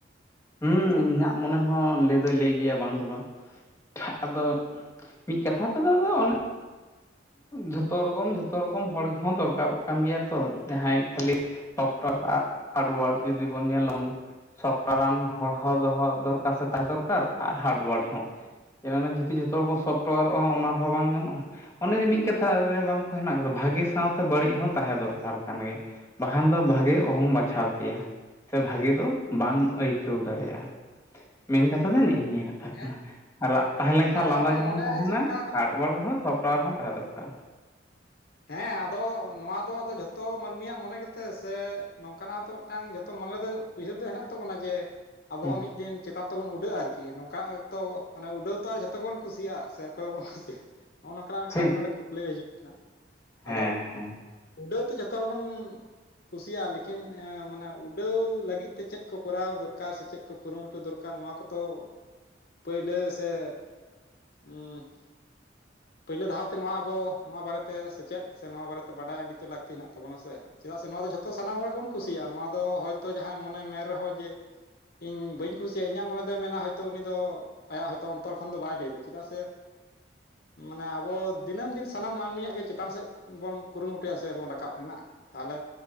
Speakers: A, on the left (about 15°); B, on the left (about 55°).
A: ᱦᱩᱸ ᱤᱧᱟᱹᱜ ᱢᱚᱱᱮ ᱦᱚᱸ ᱞᱟᱹᱭ ᱫᱚᱭ ᱞᱟᱹᱭ ᱜᱮᱭᱟ ᱵᱟᱝ ᱫᱚ ᱵᱟᱝ᱾ ᱟᱫᱚ, ᱢᱤᱫ ᱠᱟᱛᱷᱟ ᱛᱮᱫᱚ, ᱟᱫᱚ ᱚᱱᱮ ᱡᱷᱚᱛᱚ ᱨᱚᱠᱚᱢ, ᱡᱷᱚᱛᱚ ᱨᱚᱠᱚᱢ ᱦᱚᱲ ᱦᱚᱸ, ᱫᱚᱨᱠᱟᱨᱚᱜ ᱠᱟᱱ, ᱜᱮᱭᱟ ᱛᱚ ᱾ ᱡᱟᱦᱟᱸᱭ ᱠᱷᱟᱹᱞᱤ ᱥᱚᱯᱴᱟᱨ ᱟᱨ ᱦᱟᱨᱰᱳᱟᱨ ᱡᱩᱫᱤ ᱵᱚᱱ, ᱧᱮᱞᱟᱱ ᱥᱚᱯᱴᱟᱨᱟᱱ ᱦᱚᱲ ᱦᱚᱸ, ᱫᱚᱦᱚ ᱫᱚᱨᱠᱟᱨ, ᱥᱮ, ᱛᱟᱦᱮᱸ ᱫᱚᱨᱠᱟᱨ, ᱟᱨ ᱦᱟᱨᱰᱣᱟᱨ ᱦᱚᱸ, ᱮᱨᱟ ᱢᱮ ᱡᱮᱛᱤ, ᱡᱚᱛᱚ ᱦᱚᱲ ᱵᱚᱱ, ᱥᱚᱯᱴᱚᱭᱟᱨᱚᱜᱼᱟ ᱚᱱᱟ ᱨᱮᱦᱚᱸ, ᱵᱟᱝ ᱜᱟᱱᱚᱜᱼᱟ ᱾ ᱚᱱᱮ, ᱡᱮ ᱢᱤᱫ ᱠᱟᱛᱷᱟ ᱨᱮ, ᱵᱟᱝ ᱠᱚ ᱦᱮᱱᱟᱜ ᱟᱠᱟᱫᱟ, ᱵᱷᱟᱹᱜᱤ ᱥᱟᱶᱛᱮ ᱵᱟᱹᱲᱤᱡ ᱦᱚᱸ, ᱛᱟᱦᱮᱸ ᱫᱚᱨᱠᱟᱨ ᱠᱟᱱ ᱜᱮ, ᱵᱟᱠᱷᱟᱱ ᱫᱚ, ᱵᱷᱟᱜᱮ ᱚᱦᱚᱢ, ᱵᱟᱪᱷᱟᱣ ᱠᱮᱭᱟ ᱾ ᱥᱮ, ᱵᱷᱟᱜᱤ ᱫᱚ ᱵᱟᱢ ᱟᱹᱭᱠᱟᱹᱣ ᱫᱟᱲᱮᱭᱟᱜᱼᱟ ᱾ ᱢᱮᱱ ᱠᱟᱛᱷᱟ ᱫᱚ, ᱱᱮᱜᱼ ᱱᱤᱭᱟᱹ ᱜᱮ ᱾ ᱛᱷᱟᱠᱱᱟ,
B: ᱦᱮᱸ
A: <inaudible> ᱟᱨ ᱨᱟᱜ ᱛᱟᱦᱮᱸ ᱞᱮᱱᱠᱷᱟᱱ,
B: ᱟᱫᱚ
A: ᱞᱟᱸᱫᱟ ᱡᱮᱢᱚᱱ
B: ᱱᱚᱰᱮ
A: ᱛᱟᱦᱮᱱᱟ,
B: ᱪᱮᱫ ᱞᱮᱠᱟ ᱠᱟᱱᱟ
A: ᱦᱟᱨᱰᱣᱟᱨ ᱦᱚᱸ, ᱥᱚᱯᱴᱣᱟᱨ ᱦᱚᱸ, ᱛᱟᱦᱮᱸ ᱫᱚᱨᱠᱟᱨ
B: ᱦᱮᱸ, ᱟᱫᱚ, ᱱᱚᱣᱟ ᱫᱚ ᱟᱫᱚ, ᱡᱷᱚᱛᱚ ᱢᱟᱹᱱᱢᱤᱭᱟᱜ ᱢᱚᱱᱮ ᱜᱮ, ᱛᱮ ᱥᱮ, ᱱᱚᱝᱠᱟᱱᱟᱜ ᱛᱚ, ᱢᱤᱫᱴᱟᱝ ᱡᱚᱛᱚ, ᱢᱚᱱᱮ ᱫᱚ ᱩᱭᱦᱟᱹᱨ ᱫᱚ, ᱦᱮᱱᱟᱜ ᱛᱟᱵᱚᱱᱟ, ᱡᱮ, ᱟᱵᱚ
A: ᱦᱮᱸ
B: ᱫᱚ, ᱢᱤᱫ ᱫᱤᱱ ᱪᱮᱛᱟᱱ ᱛᱮᱵᱚᱱ ᱩᱰᱟᱹᱜᱼᱟ ᱟᱨᱠᱤ, ᱱᱚᱝᱠᱟ ᱛᱚ, ᱢᱟᱱᱮ ᱩᱰᱟᱹᱣ ᱛᱚ, ᱟᱨ ᱡᱚᱛᱚ ᱜᱮᱵᱚᱱ, ᱠᱩᱥᱤᱭᱟᱜᱼᱟ ᱥᱮ, ᱚᱠᱚᱭ ᱵᱟᱵᱚᱱ ᱦᱚᱸᱻᱦᱦᱦ ᱠᱩᱥᱤᱭᱟᱜᱼᱟ ᱾ ᱱᱚᱜᱼᱚ, ᱱᱚᱝᱠᱟᱱᱟᱜ ᱢᱤᱫᱴᱟᱝ
A: ᱴᱷᱤᱠ
B: ᱱᱚᱰᱮ, ᱠᱩᱠᱞᱤ ᱨᱮ, ᱦᱤᱡᱩᱜ ᱠᱟᱱᱟ,
A: ᱦᱮᱸ
B: ᱟᱫᱚ,
A: ᱦᱮᱸ
B: ᱩᱰᱟᱹᱣ ᱫᱚ, ᱡᱚᱛᱚ ᱦᱚᱲ ᱵᱚᱱ ᱠᱩᱥᱤᱭᱟᱜᱼᱟ ᱾ ᱞᱮᱠᱤᱱ ᱮᱸᱼᱢᱟᱱᱮ, ᱩᱰᱟᱹᱣ ᱞᱟᱹᱜᱤᱫ ᱛᱮ, ᱪᱮᱫ ᱠᱚ, ᱠᱚᱨᱟᱣ ᱫᱚᱨᱠᱟᱨ ᱥᱮ, ᱪᱮᱫ ᱠᱚ, ᱠᱩᱨᱩᱢᱩᱴᱩ ᱫᱚᱨᱠᱟᱨ, ᱱᱚᱣᱟ ᱠᱚᱫᱚ, ᱯᱟᱹᱭᱞᱟᱹ ᱥᱮ, ᱩᱸᱼ ᱯᱳᱭᱞᱳ ᱫᱷᱟᱣᱛᱮ, ᱱᱚᱣᱟ ᱟᱵᱚ, ᱱᱚᱣᱟ ᱵᱟᱨᱮ ᱛᱮ, ᱥᱮᱪᱮᱫ ᱥᱮ, ᱱᱚᱣᱟ ᱵᱟᱨᱮ ᱛᱮ, ᱵᱟᱟᱭ ᱟᱹᱰᱤ ᱛᱚ, ᱞᱟᱹᱠᱛᱤ ᱦᱮᱱᱟᱜ ᱛᱟᱚᱱᱟ, ᱥᱮ ᱪᱮᱫᱟᱜ ᱥᱮ, ᱱᱚᱣᱟ ᱫᱚ, ᱡᱷᱚᱛᱚ ᱛᱚ, ᱥᱟᱱᱟᱢ ᱦᱚᱲ ᱜᱮ ᱵᱚᱱ, ᱠᱩᱥᱤᱭᱟᱜᱼᱟ ᱾ ᱱᱚᱣᱟ ᱫᱚ, ᱦᱚᱭ ᱛᱚ, ᱡᱟᱦᱟᱸᱭ ᱢᱚᱱᱮ, ᱢᱮᱱ ᱨᱮᱦᱚᱸ, ᱡᱮ, ᱤᱧ ᱵᱟᱹᱧ ᱠᱩᱥᱤᱭᱟᱜᱼᱟ, ᱤᱧᱟᱹᱜ ᱢᱚᱱᱮ ᱫᱚᱭ, ᱢᱮᱱᱟ, ᱩᱱᱤ ᱫᱚ, ᱟᱭᱟᱜ ᱦᱚᱭ ᱛᱳ, ᱚᱱᱛᱚᱨ ᱠᱷᱚᱱ ᱫᱚ, ᱵᱟᱭ ᱞᱟᱹᱭ ᱮᱫᱟ, ᱪᱮᱫᱟᱜ ᱥᱮ ᱢᱟᱱᱮ ᱟᱵᱚ, ᱫᱤᱱᱟᱹᱢ ᱫᱤᱱ ᱥᱟᱱᱟᱢ, ᱢᱟᱹᱱᱢᱤᱭᱟᱜ ᱜᱮ, ᱪᱮᱛᱟᱱ ᱥᱮᱫ ᱵᱚᱱ, ᱠᱩᱨᱩᱢᱩᱴᱩᱭᱟ ᱥᱮ ᱵᱚᱱ, ᱨᱟᱠᱟᱵ ᱨᱮᱱᱟᱜ, ᱛᱟᱦᱚᱞᱮ,